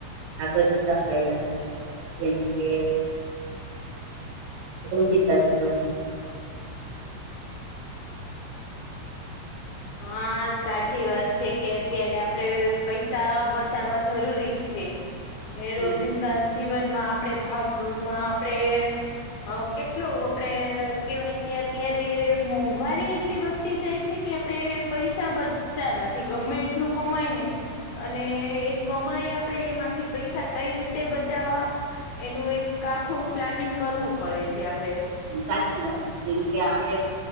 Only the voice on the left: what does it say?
હા સાચી વાત છે, કે અત્યારે આપડે પૈસા બચાવવા જરૂરી છે, એ
રોજિંદા જીવનમાં આપણેે ભાગદોડમાં આપણેે હ કેટલો આપડે કેવાય કે અત્યારે મોંઘવારી એટલી વધતી જાય છે કે આપણે પૈસા બચતા નથી ગમે એટલું કમાય ને અને એ કમાય આપણેે એમાંથી પૈસા કઈ રીતે બચાવવા એનું એક આખું પ્લાનિંગ કરવું પડે છે આપડે